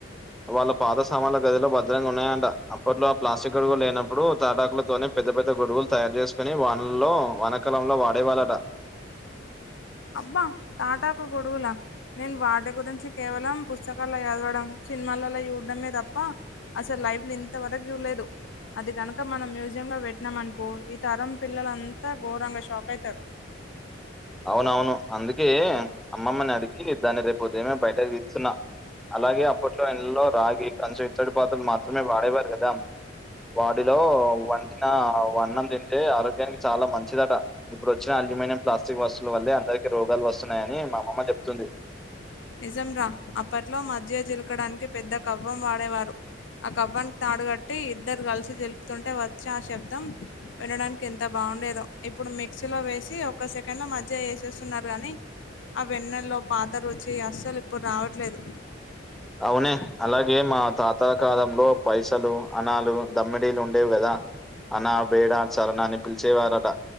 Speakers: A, in the centre; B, on the left (about 75°).
A: వాళ్ళ పాత సామాన్ల గదిలో భద్రంగా ఉన్నాయంట అప్పట్లో ఆ ప్లాస్టిక్ గొడుగు లేనప్పుడు తాటకులతోనే పెద్ద పెద్ద గొడుగులు తయారు చేసుకోని వానల్లో వానాకాలంలో వాడే వాళ్ళట
B: అబ్బా తాటాకు గొడుగుల నేను వాటి గురించి కేవలం పుస్తకాల్లో చదవడం సినిమాలలో చూడ్డమే తప్ప అసల్ లైవ్లో ఇంతవరకు చూడలేదు అది గనుక మనం మ్యూజియం లో పెట్నం అనుకో ఈ తరం పిల్లలంతా ఘోరంగా షాక్ అయితారు
A: అవునవును అందుకే అమ్మమ్మని అడిగి దాన్ని రేపు ఉదయమే బయటకి తీస్తున్నా అలాగే అప్పట్లో ఇండ్లలో రాగి కంచు ఇత్తడి పాత్రలు మాత్రమే వాడేవారు కదా బాడిలో వంటిన వన్నం తింటే ఆరోగ్యానికి చాలా మంచిదట ఇప్పుడు వచ్చిన అల్యూమినియం ప్లాస్టిక్ వస్తువుల వల్లే అందరికి రోగాలు వస్తున్నాయని మా అమమ్మ చెప్తుంది
B: నిజం రా అప్పట్లో మజ్జిగ చిలకడానికి పెద్ద కవ్వం వాడేవారు ఆ కవ్వానికి తాడుగట్టి ఇద్దరు కలిసి చిలుకుతుంటే వచ్చి ఆ శబ్దం వినడానికి ఎంత బావుండేదో ఇప్పుడు మిక్సీ లో వేసి ఒక్క సెకండ్ లో మజ్జిగ ఏసేస్తున్నారు గాని అ వెన్నెల్లో పాత రుచి అస్సలు ఇప్పుడు రావట్లేదు
A: అవునే అలాగే మా తాత కాలంలో పైసలు అనాలు దమ్మిడీలు ఉండేవి గదా అనా బేడా చరన అని పిలిచేవారట